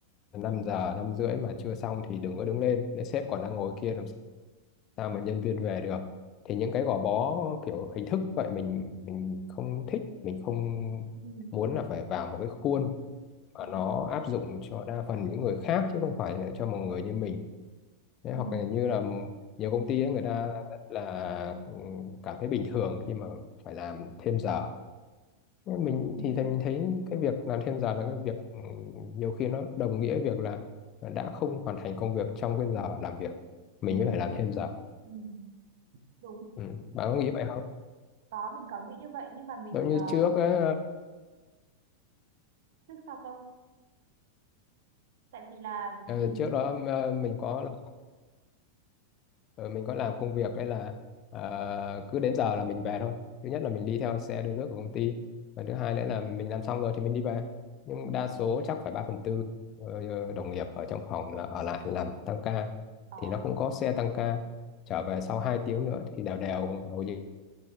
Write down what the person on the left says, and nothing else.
năm giờ năm rưỡi mà chưa xong thì đừng có đứng lên nếu sếp còn đang ngồi kia làm sao mà nhân viên về được thì những cái gò bó kiểu hình thức vậy mình mình không thích mình không
muốn là phải vào một cái khuôn mà
nó áp dụng cho đa phần những người khác chứ không phải là cho một người như mình Thế
hoặc là như là nhiều công ty ấy, người ta rất là ừ, cảm thấy bình thường khi mà phải làm thêm giờ nhưng mình
thì thì mình thấy cái việc làm thêm giờ là cái việc ừ, nhiều khi nó đồng nghĩa việc là đã không hoàn thành công việc trong cái giờ làm việc mình
mới phải làm thêm giờ
ừ. bạn có nghĩ vậy không
giống như
trước á,
ờ,
trước đó ờ, mình có Ờ, mình có làm công việc đây là ờ, cứ đến giờ là mình về thôi thứ nhất là mình đi theo xe đưa nước của công ty và thứ hai nữa là mình làm xong rồi thì mình đi về nhưng
đa số chắc phải 3 phần tư ờ, đồng nghiệp ở trong phòng là ở lại làm tăng ca
thì nó cũng có xe tăng ca trở về sau 2 tiếng nữa thì đều đều hầu như